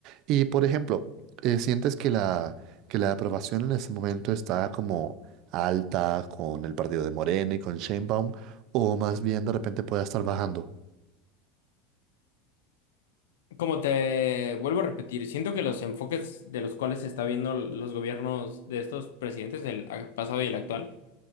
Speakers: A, on the right (about 60°); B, on the left (about 80°).
A: Y por ejemplo, eh, ¿sientes que la, que la aprobación en ese momento está como alta con el partido de Morena y con Sheinbaum? ¿O más bien de repente puede estar bajando?
B: Como te vuelvo a repetir, siento que los enfoques de los cuales se está viendo los gobiernos de estos presidentes, el pasado y el actual,